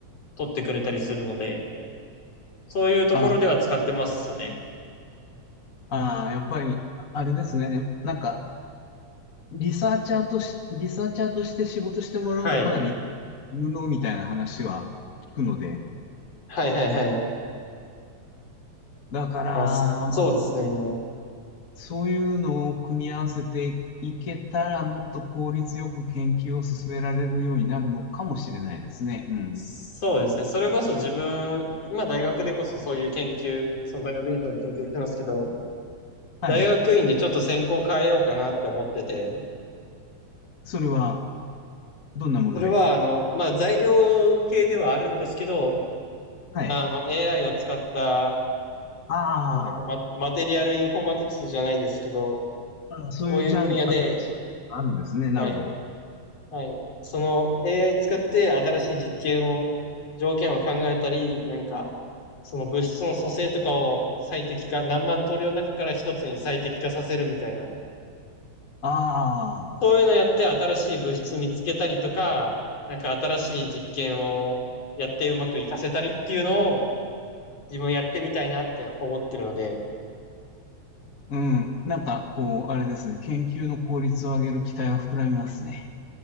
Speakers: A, on the left; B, on the left.
A: 取ってくれたりするので、そういうところでは使ってますね。
B: ああ、ああやっぱり、あれですね。なんか、リサーチャーとし、リサーチャーとして仕事してもらうとかなり無能みたいな話は聞くので、
A: はい。はいはいはい。
B: だから、
A: まあ、そそうですね。
B: まあ、そういうのを組み合わせていけたら、もっと効率よく研究を進められるようになるのかもしれないですね。うん。
A: そうですね。それこそ自分、今大学でこそそういう研究、そのバイオデータの研究してますけど、
B: はい。
A: 大学院でちょっと専攻変えようかなって思ってて、
B: それは、どんなものへ。
A: それはあの、まあ材料系ではあるんですけど、
B: はい。
A: あの AI を使った、
B: あ
A: まあなんかマ、マテリアルインフォーマティクスじゃないですけど、
B: ーあー、そういうジャンル、
A: そういう分野で、
B: 新しいジャンルがあるんですね。
A: はい。
B: なるほど。
A: はい。その AI 使って新しい実験を、条件を考えたり、なんか、その物質の組成とかを最適化、何万通りの中から一つに最適化させるみたいな。
B: ああ、
A: そういうのやって新しい物質見つけたりとか、なんか新しい実験をやってうまく活かせたりっていうのを自分やってみたいなって思ってるので、
B: うん。なんか、こう、あれですね。研究の効率を上げる期待が膨らみますね。